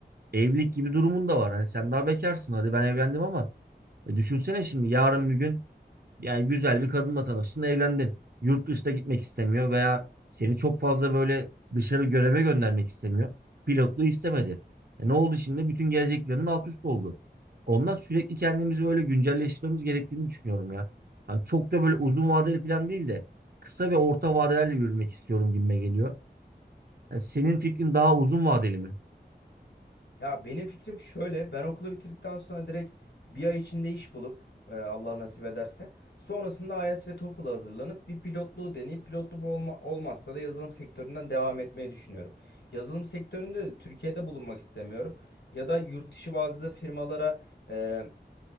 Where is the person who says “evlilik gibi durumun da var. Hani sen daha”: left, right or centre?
Right